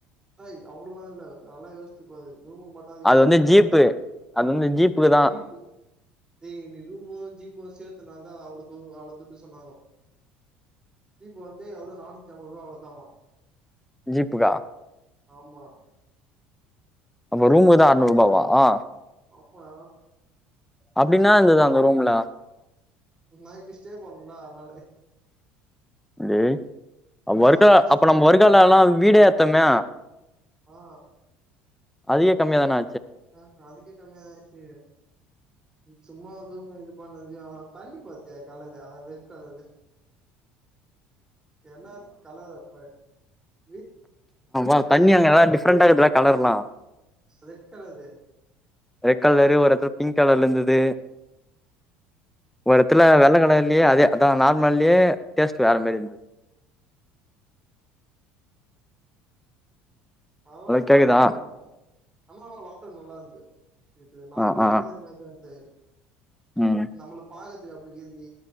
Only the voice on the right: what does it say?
ஏய் அவ்ளோல்லா இல்ல நல்லா யோசிச்சு பாரு ரூமுக்கு மட்டு அதிகமா
போச்சு அங்க
ஜீப்பு ஏய் நீ ரூமு ஜீப்பு சேத் இத்த நாள் தா அவ்ளோ து அவ்ளோ துட்டு சொன்னாங்கோ ஜீப்பு வந்து அவ்ளோ நானூத்தி அம்பது ரூபா அவ்ளோதா அவோ
ஆமா
ஆமா
நைட்டு் ஸ்டே பண்ணலா அதனால
நம்ம வந்து
நம்ம
ஆ
ஆ அதுக்கு கம்மியாருக்கு சும்மா எதுவு இது பண்ணதுக்கு தண்ணி பாத்தியா கலர் அ ரெட் கலரு என்ன கலறப்ப து
ரெட் கலரு
பதல
எதுவு நல்லா இருந்தே <unintelligible> வாட்டர் நல்லா இருந்தே இது நார்மலா
கொடிக்கிறா மா <unintelligible> இது அந்த
நம்மளுக்கு பக்கு அப்டி கிது